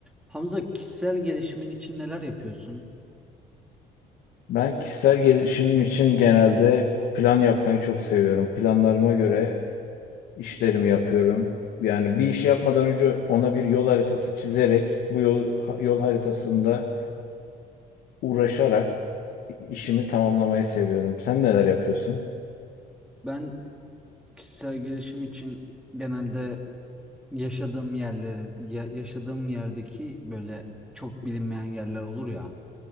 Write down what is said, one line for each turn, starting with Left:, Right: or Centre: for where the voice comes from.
Centre: Hamza kişisel gelişimin için neler yapıyorsun?
Left: Ben kişisel gelişimim için genelde plan yapmayı çok seviyorum. Planlarıma göre işlerimi yapıyorum. Yani bir işi yapmadan önce ona bir yol haritası çizerek, bu yol, ha- yol haritasında uğraşarak işimi tamamlamayı seviyorum. Sen neler yapıyorsun?
Centre: Ben kişisel gelişim için genelde yaşadığım yerler, ya- yaşadığım yerdeki böyle çok bilinmeyen yerler olur ya